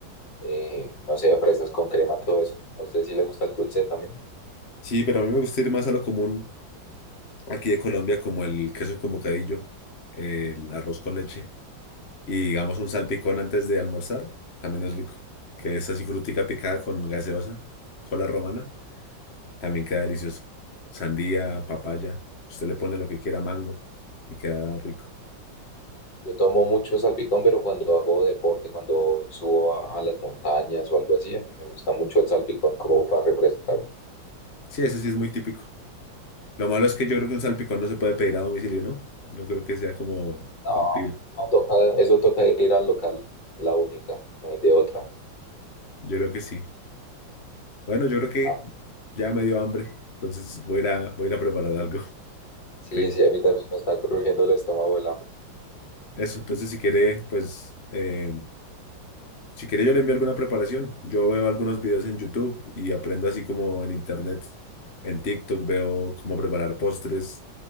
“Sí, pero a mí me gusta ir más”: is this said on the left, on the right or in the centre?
Left